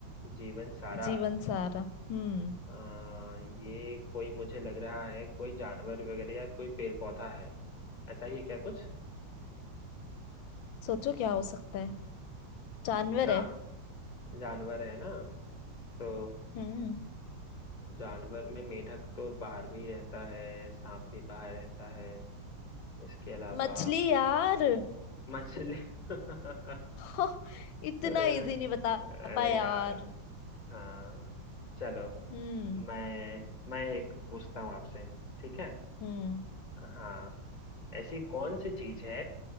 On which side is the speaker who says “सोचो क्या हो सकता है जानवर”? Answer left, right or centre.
Left